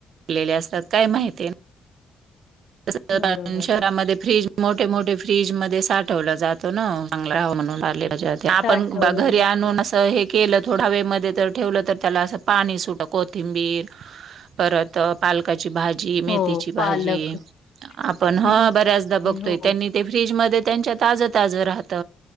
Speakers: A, on the right; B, on the left.
A: केलेली असतात. काय माहिती <inaudible>
B: बरोबर
A: शहरा फ्रीज मोठे मोठे फ्रीज मध्ये साठवलं जात ना चांगल रहाव म्हणून, पालेभाज्या ते आपण
B: साठवलं
A: घरी आणून अस हे केलं थोडा वेळ मध्ये तर ठेवलं तर त्याला पाणी सुट कोथिंबीर परत पालकाची भाजी, मेथीची
B: हो
A: भाजी,
B: पालक
A: आपण ह
B: मेथी
A: बऱ्याचदा बघतोय
B: हो
A: त्यांनी ते फ्रीजमध्ये त्यांच्या ताज ताज राहत.